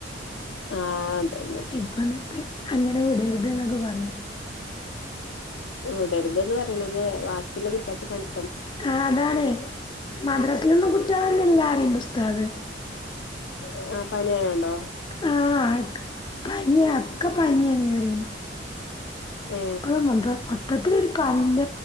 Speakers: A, on the left; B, on the left.
A: ആഹ് അതന്നെ
B: ഇപ്പ ന്നിട്ട് അങ്ങനെ വിടരുത് എന്നൊക്കെ പറയും
A: വിടരുതന്ന് പറയണത് ബാക്കിയുള്ള കുട്ട്യൾക്ക് പനി
B: ആഹ് അതാണ് മദ്രാസൽന്നും കുട്ടികളൊന്നും ഇല്ലെന്ന് പറയണ്ട ഉസ്താദ്
A: ആഹ് പനീയായണ്ടോ
B: ആഹ് പനിയ ഒക്കെ പനിയാണ് പറിയണ്ട്
A: ഏ
B: ഇപ്പ മൊത്തത്തില ഒരു പനിന്റ